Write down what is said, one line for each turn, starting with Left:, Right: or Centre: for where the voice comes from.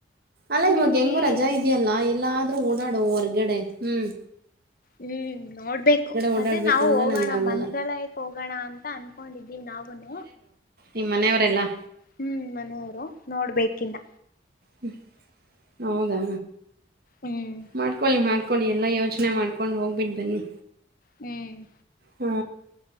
Right: ಅಲ್ಲ ಇವಾಗ
Left: ನಿಮ್ಗೆ
Right: ಹೆಂಗು ರಜಾ ಇದೆಯಲ್ಲ ಎಲ್ಲಾದ್ರೂ ಓಡಾಡು ಹೊರ್ಗಡೆ ಹ್ಮ್.
Left: ಹ್ಮ್ ನೋಡ್ಬೇಕು,
Right: ಓಡಾಡಬೇಕಂದ್ರೆ
Left: ಅದೆ ನಾವು ಹೋಗೋಣ
Right: ನಂಗೆ ಆಗಲ್ಲ
Left: ಮಂತ್ರಾಲಯಕ್ ಹೋಗೋಣ ಅಂತ ಅನ್ಕೊಂಡಿದ್ ವಿ ನಾವುನು.
Right: ನಿಮ್ಮನೆಯವ್ರೆಲ್ಲಾ
Left: ಹ್ಮ್ ಮನೆಯವ್ರು ನೋಡ್ಬೇಕಿನ್ನ.
Right: ಹ ಹೌದಾ
Left: ಹ್ಮ್
Right: ಮಾಡ್ಕೊಳ್ಳಿ ಮಾಡ್ಕ ಕ್ಕೊಳಿ ಎಲ್ಲ ಯೋಜ್ನೆ ಮಾಡ್ಕೊಂಡು ಹೋಗ್ಬಿಟ್ಟು ಬನ್ನಿ.
Left: ಹ್ಮ್
Right: ಹ್ಮ